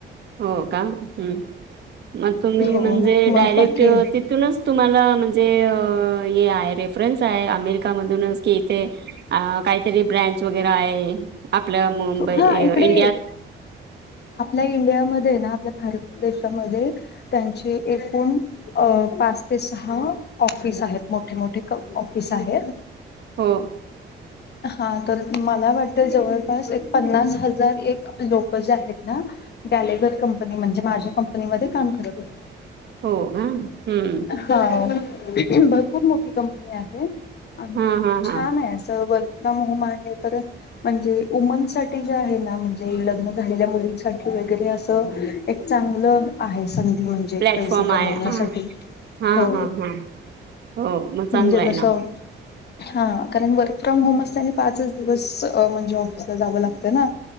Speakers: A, on the right; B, on the left.
A: हो का हं म तुम्ही
B: हो
A: म्हणजे
B: मग
A: डायरेक्ट
B: बाकी
A: अ तिथूनच तुम्हाला म्हणजे अ हे आहे रेफरन्स आहे अमेरिका मधूनच कि इथे अ काई तरी ब्रँच वगैरे आये आपलं मुंबई
B: हा इकडे
A: अ इंडियात.
B: आपल्या इंडियामध्ये ना आपल्या भारत देशामध्ये त्यांची एकूण अं पाच ते सहा ऑफिस आहेत, मोठे मोठे क ऑफिस आहेत.
A: हो
B: हा तर मला वाटतं जवळपास एक पन्नास हजार एक लोक जातेत ना. गॅलेगर कंपनी म्हणजे कंपनीमध्ये काम करत होत्
A: हो ऊं हुं.
B: भरपूर मोठी कंपनी आहे आणि
A: हां हां
B: छान
A: हां
B: आहे असं वर् फ्राॅम होम आहे तर म्हणजे वूमन साठी जे आहे ना म्हणजे लग्न झालेल्या मुलींसाठी वगैरे असं एक चांगलं आहे संधी म्हणजे्
A: प्लॅटफॉर्म
B: -जे पैसे कमावण्यासाठी,
A: आहे हां हां
B: हो.
A: हां हां हो म
B: म्हणजे
A: चांगलाये
B: कसं
A: ना.
B: हा कारण वर्क फ्रॉम होम असतं आणि पाचच दिवस म्हणजे ऑफिसला जावं लागत ना.